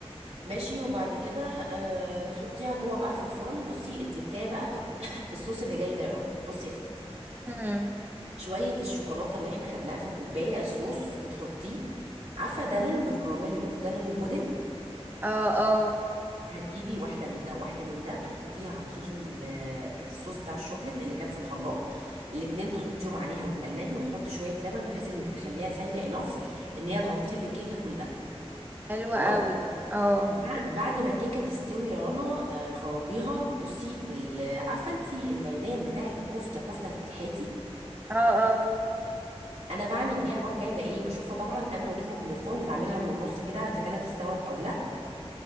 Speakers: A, on the right (about 85°); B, on the right (about 20°).
A: ماشي وبعد كده آه بتحطيها جوه بقى في الفرن بصي التكايه بقى في <coughs> الصوص اللي جاي ده يا رنا بصي يا ستي
B: امم
A: شوية الشوكولاتة اللي احنا خدناها في الكوباية الصوص بتحطيه عارفة دانون بالكراميل ودانون بودن
B: اه اه
A: هتجيبي واحدة من ده وواحدة من ده تحطيها على صوص ال- الصوص بتاع الشوكليت اللي كان في الخلاط الاتنين تحطيهم عليها وتقلبي وتحطي شوية لبن بحيث انك تخليها سايلة انف ان هي تغطي لك الكيكة كلها
B: حلوة
A: خلاص
B: قوي اه
A: بعد بعد ما الكيكة تستوي يا رنا آه، خرجيها بصي بال عارفة انتي العيدان بتاعة الكفتة كفتة الحيتي
B: اه اه
A: انا بعمل بيها بروح جايبه ايه بشوفها طبعا قبل ما تخرج من الفرن بعملها من النص كده اذا كانت استوت او لا